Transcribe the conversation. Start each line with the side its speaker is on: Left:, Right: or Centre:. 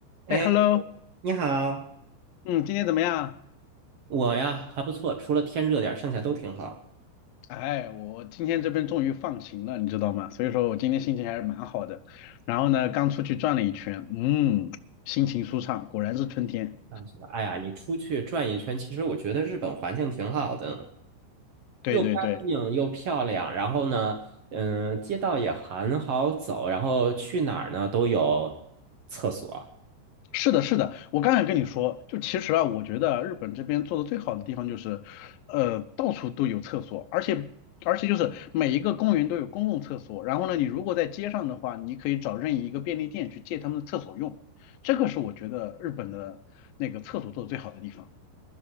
Right: 哎，
Left: 哎，hello，
Right: 你好，
Left: 嗯，今天怎么样？
Right: 我呀还不错，除了天热点儿，剩下都挺好。
Left: 哎，我今天这边终于放晴了，你知道吗？所以说我今天心情还是蛮好的。然后呢，刚出去转了一圈，嗯，心情舒畅，果然是春天。
Right: 啊，什么？哎呀，你出去转一圈，其实我觉得日本环境挺好的，
Left: 对对对，
Right: 又干净又漂亮。然后呢，嗯，街道也很好走，然后去哪儿呢都有厕所。
Left: 是的，是的，我刚才跟你说，就其实啊，我觉得日本这边做的最好的地方就是，呃，到处都有厕所，而且而且就是每一个公园都有公共厕所。然后呢，你如果在街上的话，你可以找任意一个便利店去借他们的厕所用。这个是我觉得日本的那个厕所做的最好的地方。